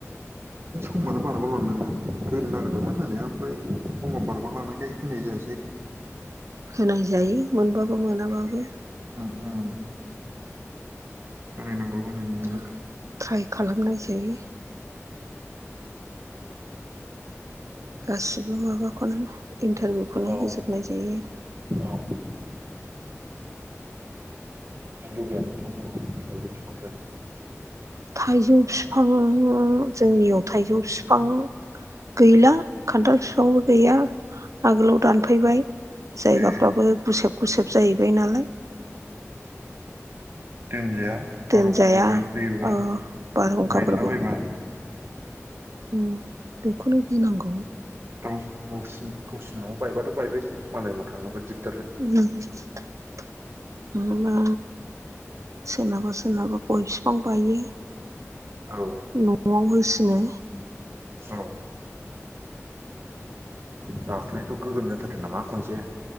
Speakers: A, on the right (about 55°); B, on the right (about 85°).
A: समानो बारग'लांदों नना होनो नागिरदोंमोन
B: अ
A: होनाया ओमफ्राय समाव बारग'लांनायखाय होनाय जायासै।
B: होनाय जायो मोनबाबो मोनाबाबो।
A: उम उम होनायनांगौ होनायनायालाय
B: ट्राइ खालामनाय जायो। गासिबो माबाखौनो इन्टारभिउखौनो
A: औ
B: होजोबनाय जायो।
A: औ थाइजौ गैया नोंथांमोननाव थाइजौ बिफांफोर
B: थाइजौ बिफांआ जोंनियाव थाइजौ बिफाङा गैला खान्थाल फिफांबो गैया। आगोलाव दानफैबाय
A: ए
B: जायगाफ्राबो गुसेब गुसेब जाहैबाय नालाय। <inaudible>
A: दोन्जाया।
B: दोनजाया
A: बारहुंखाफोर फैयोबा
B: अ बारहुंखाफोरखौ
A: मायद्ला बायबा
B: उम बेखौनो गिनांगौ।
A: औ गावसि गावसिनि न'आव बायबाथ' बायबायसै मालायनाव थाङोबा दिगम्बर
B: उम। नङाबा सोरनाबा सोरनाबा गय बिफां बायो।
A: औ
B: न'आव होसिनो
A: औ दाख्लाथ' गोगोम जाथारदों नामा खनसे।